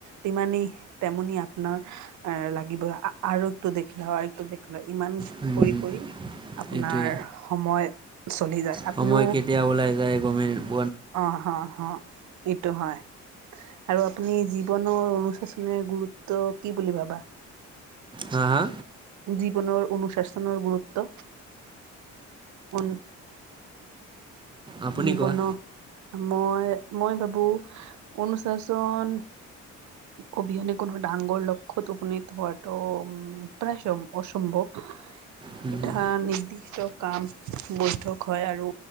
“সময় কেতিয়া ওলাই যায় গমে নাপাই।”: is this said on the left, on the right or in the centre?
Right